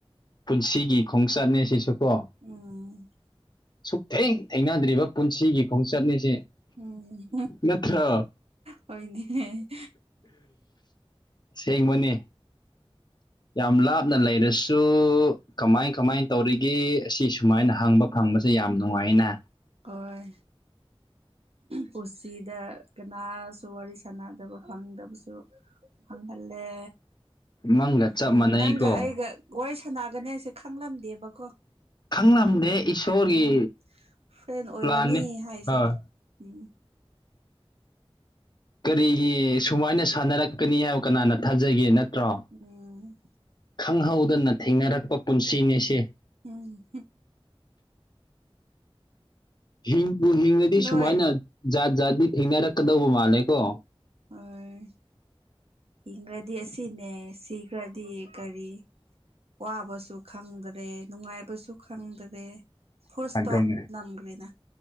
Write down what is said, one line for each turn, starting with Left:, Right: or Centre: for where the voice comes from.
Left: ꯄꯨꯟꯁꯤꯒꯤ ꯈꯣꯡꯆꯠꯅꯦ ꯁꯤꯁꯨ ꯀꯣ
Right: ꯎꯝ
Left: ꯁꯨꯛꯊꯦꯡ ꯊꯦꯡꯅꯗ꯭ꯔꯤꯕ ꯄꯨꯟꯁꯤꯒꯤ ꯈꯣꯡꯆꯠꯅꯦꯁꯦ
Right: ꯎꯝ
Left: ꯅꯠꯇ꯭ꯔꫭ
Right: ꯍꯣꯏꯅꯦ
Left: ꯁꯦꯡꯕꯅꯦ ꯌꯥꯝ ꯂꯥꯞꯅ ꯂꯩꯔꯁꯨ ꯀꯃꯥꯏ ꯀꯃꯥꯏꯅ ꯇꯧꯔꯤꯒꯦ ꯁꯤ ꯁꯨꯃꯥꯏꯅ ꯍꯪꯕ ꯐꯪꯕꯁꯦ ꯌꯥꯝ ꯅꯨꯡꯉꯥꯏꯅ
Right: ꯍꯣꯏ ꯄꯨꯟꯁꯤꯗ ꯀꯅꯥꯁꯨ ꯋꯥꯔꯤ ꯁꯥꯟꯅꯗꯕ ꯐꯪꯗꯕꯁꯨ ꯐꯪꯍꯜꯂꯦ
Left: ꯅꯪꯒ
Right: ꯑꯗꯨ
Left: ꯆꯞ ꯃꯥꯟꯅꯩꯀꯣ
Right: ꯅꯪꯒ ꯑꯩꯒ ꯋꯥꯔꯤ ꯁꯥꯟꯅꯒꯅꯦꯁꯦ ꯈꯪꯂꯝꯗꯦꯕꯀꯣ
Left: ꯈꯪꯂꯝꯗꯦ ꯏꯁꯣꯔꯒꯤ
Right: ꯎꯝ ꯐ꯭ꯔꯦꯟ ꯑꯣꯏꯔꯅꯤ
Left: ꯄ꯭ꯂꯥꯟꯅꯤ
Right: ꯍꯥꯏꯁꯦ
Left: ꯍꯣꯏ,
Right: ꯎꯝ
Left: ꯀꯔꯤꯒꯤ ꯁꯨꯃꯥꯏꯅ ꯁꯥꯟꯅꯔꯛꯀꯅꯤ ꯍꯥꯏꯕ ꯀꯅꯥꯅ ꯊꯥꯖꯒꯦ ꯅꯠꯇ꯭ꯔꯣ
Right: ꯎꯝ
Left: ꯈꯪꯍꯧꯗꯅ ꯊꯦꯡꯅꯔꯛꯄ ꯄꯨꯟꯁꯤꯅꯦꯁꯦ
Right: ꯎꯝ
Left: ꯍꯤꯡꯕꯨ ꯍꯤꯡꯉꯗꯤ
Right: ꯅꯣꯏ
Left: ꯁꯨꯃꯥꯏꯅ ꯖꯥꯠ ꯖꯥꯠꯇꯤ ꯊꯦꯡꯅꯔꯛꯀꯗꯧꯕ ꯃꯥꯜꯂꯦꯀꯣ
Right: ꯍꯣꯢ ꯏꯪꯔꯗꯤ ꯁꯤꯅꯦ ꯁꯤꯈ꯭ꯔꯗꯤ ꯀꯔꯤ ꯋꯥꯕꯁꯨ ꯈꯪꯗ꯭ꯔꯦ ꯅꯨꯡꯉꯥꯏꯕꯁꯨ ꯁꯨ ꯈꯪꯗ꯭ꯔꯦ ꯐꯣꯔꯁ ꯏꯁꯇꯣꯞ
Left: ꯑꯗꯨꯅꯦ
Right: ꯅꯝꯈ꯭ꯔꯦꯅ